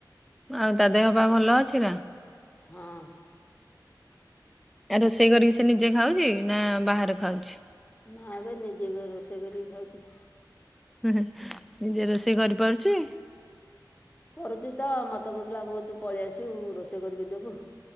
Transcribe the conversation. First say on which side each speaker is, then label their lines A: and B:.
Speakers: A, in the centre; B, on the left.
A: ଆଉ ତା ଦେହ ପାଆ ଭଲ ଅଛି ନା?
B: ହଁ
A: ଆ ରୋଷେଇ କରିକି ସେ ନିଜେ ଖାଉଚି ନା ବାହାରେ ଖାଉଚି?
B: ନାବେ ନିଯେ ଘରେ ରୋଷେଇ କରିକି ଖାଉଛି।
A: ହିଁ ହିଁ ନିଜେ ରୋଷେଇ କରିପାରୁଛି?
B: ପଢୁଚି ତ ମୋତେ କହୁଥିଲା ବୋଉ ତୁ ପଳେଇ ଆସିବୁ ମୁଁ ରୋଷେଇ କରିକି ଦେବୁ।